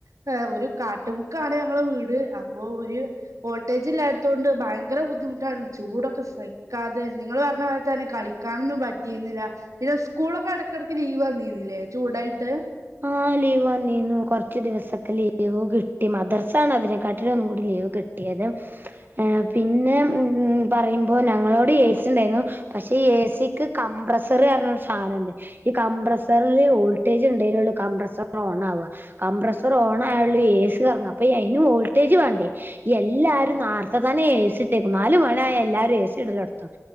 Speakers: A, on the right; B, on the right.
A: <unintelligible> ഒരു കാട്ടുമുക്കാണ് ഞങ്ങളെ വീട് അപ്പോ ഒര് വോൾട്ടേജ് ഇല്ലാത്തോണ്ട് ഭയങ്കര ബുദ്ധിമുട്ടാണ് ചൂടൊക്കെ സഹിക്കാതെ നിങ്ങള് പറഞ്ഞ മാതിരി തന്നെ കളിക്കാനൊന്നും പറ്റിയിരുന്നില്ല പിന്നെ ഇസ്കൂളൊക്കെ എടക്കെടക്ക് ലീവ് വന്നിരിന്നില്ലേ ചൂടായിട്ട്
B: ആഹ് ലീവ് വന്നീരുന്നു കൊറച്ച് ദിവസക്കെ ലീവ് കിട്ടി മദ്റസ ആണ് അതിനെക്കാട്ടിലും ഒന്നും കൂടി ലീവ് കി ട്ടിയത് ഏഹ് പിന്നെ ഉം പറയുമ്പോ ഞങ്ങളവിടെ എ സി ഉണ്ടായിരുന്നു പക്ഷെ എ സി ക്ക് കംപ്രസ്സർ പറയണ ഒരു സാധനൊണ്ട് ഈ കംപ്രസറില് വോൾട്ടേജ് ഇൺ എടയിലുള്ള കംമ്പ്രസർ ഓണ് ആവുക കംപ്രസർ ഓൺ ആയെ ഒള്ളൂ എ സി കറങ്ങ അപ്പ ഈ അയിനും വോൾട്ടേജ് വേണ്ടേ എല്ലാരും നേർത്തെ തന്നെ എ സി ഇട്ടേക്കുന്ന് നാല് മണിയായാൽ എല്ലാരും എ സി ഇടല് നടത്തും